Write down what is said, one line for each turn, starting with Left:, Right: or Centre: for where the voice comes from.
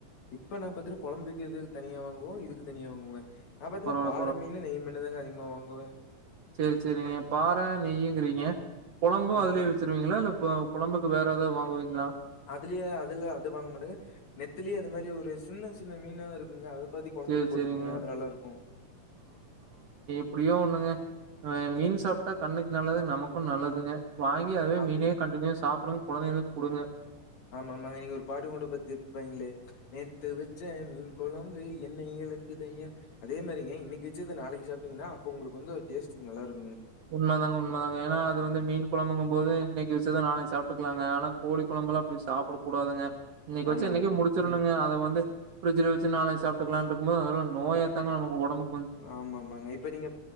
Left: இப்ப நான் பாத்தினா கொழம்பு வைக்கதுக் தனியா வாங்குவோ இதுக்கு தனியா வாங்குவங்க நா பாத்தினா
Right: பரவால்ல,
Left: பாறமீனு நெய் மீனுதாங்க அதிக வா ங்குவவே
Right: செர் செரிங்க பாற நெய்யுங்கிறீங்க கொழம்பும்
Left: ம்.
Right: அதுலயே வச்சிருவங்கள இல்ல இப்ப கொழம்புக்கு வேற ஏதாவது வாங்குவீங்களா
Left: அதுலயே அதுல அது வாங்க மாட்டேங்க நெத்திலி அது மாரி ஒரு சின்ன சின்ன மீனா இருக்குங்க அத பத்தி குழம்புக்கு
Right: சேரி,
Left: போட்டுக்கோங்க
Right: சேரிங்க.
Left: அது நல்லா இருக்கூ
Right: எப்டியோ ஒண்ணுங்க மீன் சாப்ட்டா கண்ணுக்கு நல்லது நமக்கும் நல்லதுங்க வாங்கி அதுவே
Left: ஆமா.
Right: மீன கண்டினியூ சாப்பிடணு கொழந்தைங்களுக்கு கொடுங்க
Left: ஆமா ஆமாங்க நீங்க ஒரு பாட்டு கொண்ட பத்திப்பீங்களே நேற்று வச்ச மீன் குழம்பு எண்ணெய் இலக்கு தையா அதே மாதிரிங்க இன்னைக்கு வச்சது நாளைக்கு சாப்பீங்கன்னா அப்ப உங்களுக்கு வந்து ஒரு டேஸ்ட் நல்லா இருக்கூ
Right: உண்மதாங்க உண்மதாங்க ஏன்னா அது வந்து மீன் கொழம்புங்க போது இன்னைக்கு வெச்சு தான் நாளை சாப்பிட்டுக்கலாங்க ஆனா கோழிகொழம்புலாம் அப்டி சாப்பிட கூடாதுங்க இன்னைக்கு வச்சு
Left: ஆமா,
Right: இன்னைக்கு
Left: ஆமாங்க.
Right: முடிச்சிருனுங்க
Left: ம்.
Right: அத வந்து பிரிட்ஜ் வச்சு நாளை சாிட்டுக்கலாம்னு இருக்கும் போதுல்ல நோயா தாங்க நம்ம ஒடம்புக்கு
Left: ஆமா ஆமாங்க இப்ப நீங்க